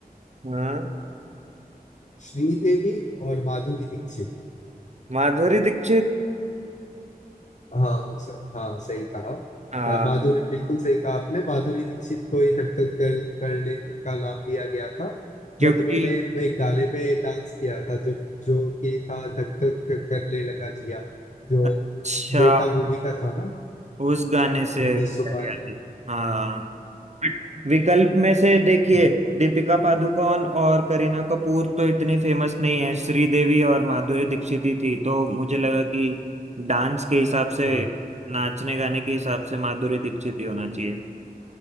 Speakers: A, on the right; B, on the left.
A: हाँ
B: श्रीदेवी और माधुरी दीक्षित
A: माधुरी दीक्षित
B: हाँ हो सर हाँ सही कहा
A: हाँ
B: अ, माधुरी बिल्कुल सही कहा आपने माधुरी दीक्षित को ही धक धक कर करने का नाम दिया गया था
A: क्योंकि
B: जब उन्होंने वो एक गाने पे डांस किया था जब जो कि था धक धक करने लगा जिया जो
A: अच्छा
B: बेटा मूवी का था ना
A: उस गाने से
B: उन्नीस
A: किया
B: सौ
A: गया
B: हाँ
A: था हाँ विकल्प में से देखिए
B: हाँ
A: दीपिका पादुकोण और करीना कपूर तो इतनी फेमस नहीं है श्रीदेवी और माधुरी दीक्षित ही थी तो मुझे लगा कि डांस के हिसाब से
B: हाँ
A: नाचने गाने के हिसाब से माधुरी दीक्षित ही होना चाहिए